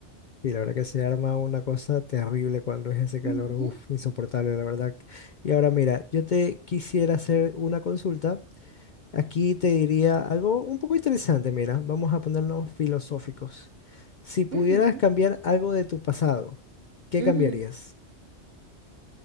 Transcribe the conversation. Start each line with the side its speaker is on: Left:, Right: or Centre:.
Left: Y la verdad que se arma una cosa terrible cuando es ese calor,
Right: Ujú.
Left: uf, insoportable, la verdad. Y ahora mira, yo te quisiera hacer una consulta. Aquí te diría algo un poco interesante, mira, vamos a ponernos filosóficos. Si pudieras
Right: Ujú,
Left: cambiar algo de tu pasado, ¿qué
Right: ujú.
Left: cambiarías?